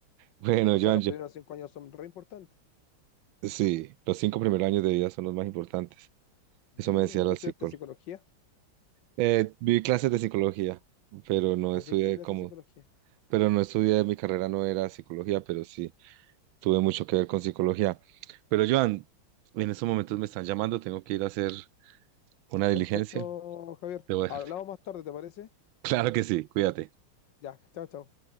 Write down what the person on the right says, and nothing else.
Bueno,
Joan,
yo-
sí, los cinco primeros años de vida son los más importantes.
Eso me decía la
psicóloga.
Eh, vi clases de psicología, pero no
estudié
como,
pero no estudié, mi carrera no era psicología, pero sí. tuve mucho que ver con psicología. Pero Joan, en estos momentos me están llamando, tengo que ir a hacer una diligencia.
Debo dejarte.
<laughs>
Claro que sí, cuídate.